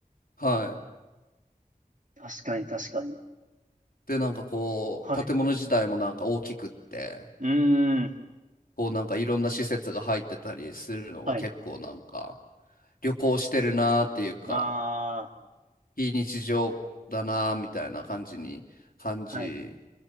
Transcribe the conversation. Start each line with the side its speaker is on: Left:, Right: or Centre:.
Left: はい。
Right: 確かに、確かに。
Left: で、なんかこう、
Right: はい。
Left: 建物自体もなんか大きくって、
Right: うーん。
Left: こうなんかいろんな施設が入ってたりするのが結構なんか、
Right: はい。
Left: 旅行してるなーっていうか、
Right: あ
Left: 非日常だなーみたいな感じに感じ
Right: ー、はい。